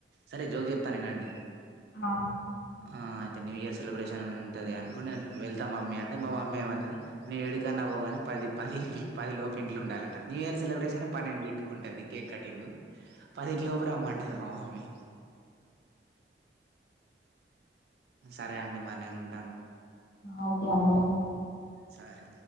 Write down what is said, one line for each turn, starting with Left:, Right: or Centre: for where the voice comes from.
Right: సరే జోక్ చెప్తాను వినండి
Left: ఆ
Right: ఆ అయితే న్యూ ఇయర్ సెలబ్రేషన్ ఉంటది అనుకుంటే నేను వెళ్తాం మమ్మీ అంటే మా మమ్మీ ఏమన్నది నేను ఎడుకన్నా పోగాని పది పది పది లోపు ఇంట్లో ఉండాలట న్యూ ఇయర్ సెలబ్రేషన్ పన్నెండు గీట్టుకుంటది కేక్ కటింగ్ పదిటి లోపులు రమ్మంటారు మా మమ్మీ సరే అండి మరి నేను ఉంటాను
Left: ఓకే అండి
Right: సరే.